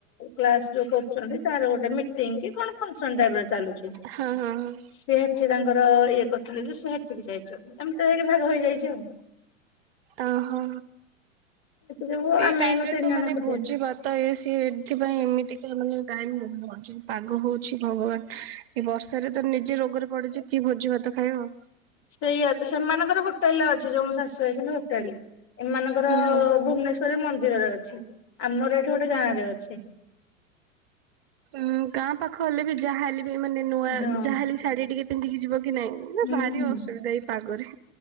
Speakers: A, on the left; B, on the right.
A: କ୍ଲାସ୍ ଯୋଉ କରୁଛନ୍ତି, ତାର ଗୋଟେ ମିଟ୍ ମିଟିଂ କି କଣ ଫଙ୍କ୍ସନ୍ ଟାଇପ୍ ର ଚାଲୁଛି।
B: ହଁ। ହଁ ହଁ
A: ସେ ହେଠି ତାଙ୍କର ଇଏ କରିଥିଲେ ଯେ, ସେ ହେଠି କି ଯାଇଛନ୍ତି। ଏମତି ହେଇକି ଭାଗ ହେଇଯାଇଛି ଆଉ।
B: ଓହୋ
A: ଏତେ ଯୋଗୁ
B: ଏଇ
A: ଆମେ
B: ଟାଇମ୍
A: ଏଇନୁ
B: ରେ
A: ତିନି
B: ତ
A: ଜଣ
B: ମାନେ
A: ଏକୁଟିଆ
B: ଭୋଜି ଭାତ୍ ତ, ଏ ସିଏ ଏଥିପାଇଁ ଏମିତିକା ମାନେ ଟାଇମ୍ ହ-ହଉଛି, ପାଗ ହଉଛି ଭଗବାନ। ଏ ବର୍ଷାରେ ତ ନିଜେ ରୋଗରେ ପଡିଛି, କି ଭୋଜି ଭାତ ଖାଇବ?
A: ସେଇଆ, ସେମାନଙ୍କର ହୋଟେଲେ ଅଛି, ଯୋଉ ମୋ ଶାଶୁ ଆଇସନ୍ତି ହୋଟେଲ। ଏମାନଙ୍କର
B: ହୁଁ ହୁଁ
A: ଭୁବନେଶ୍ୱ ତ ମନ୍ଦିରରେ ଅଛି। ଆମର ଏଠି ଗୋଟେ ଗାଁ ରେ ଅଛି।
B: ହୁଁ, ଗାଁ ପାଖ ହେଲେ ବି ଯାହେଲେ ବି, ମାନେ ନୂଆ
A: ହଁ
B: ଯାହେଲେ ଶାଢୀ ଟିକେ ପିନ୍ଧିକି ଯିବ କି ନାଇଁ! ନା
A: ହୁଁ
B: ଭାରି
A: ହୁଁ
B: ଅସୁବିଧା ଏଇ ପାଗରେ